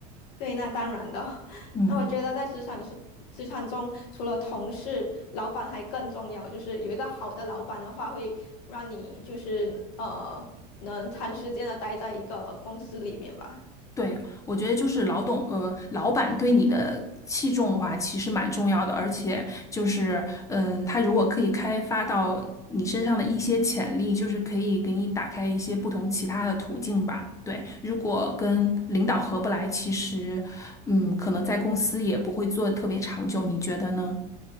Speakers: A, on the left (about 75°); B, on the left (about 15°).
A: 对，那当然的。<laughs>
B: 嗯，
A: 那我觉得在职场是职场中，除了同事，老板还更重要。就是有一个好的老板的话，会让你就是呃能长时间的待在一个公司里面吧。
B: 对，我觉得就是老董，呃，老板对你的器重的话，其实蛮重要的，而且就是，嗯，他如果可以开发到你身上的一些潜力，就是可以给你打开一些不同其他的途径吧。对，如果跟领导合不来，其实，嗯，可能在公司也不会做得特别长久，你觉得呢？